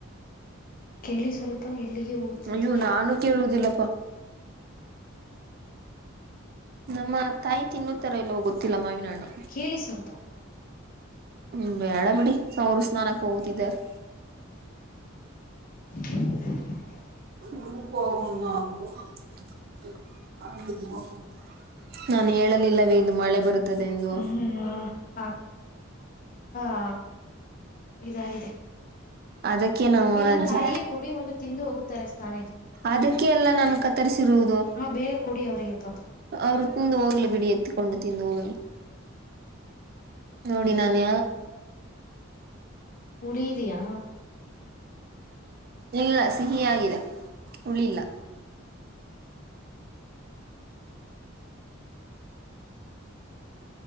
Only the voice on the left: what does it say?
ಕೇಳಿ ಸ್ವಲ್ಪ ಎಲ್ಲಿಗೆ ಹೋಗುತ್ತಿದ್ದಿ
ಕೇಳಿ ಸ್ವಲ್ಪ
<inaudible>
ಹ್ಮ್ ಹ ಇದಾಗಿದೆ
ನಿಮ್ಮ
ತಾಯಿಗೆ ಕೊಡಿ ಒಂದು ತಿಂದು ಹೋಗುತ್ತಾರೆ ಸ್ನಾನ
ಹಾ ಬೇಗ ಕೊಡಿ ಅವರಿಗೆ ಪಾಪ
ಹುಳಿ ಇದಿಯಾ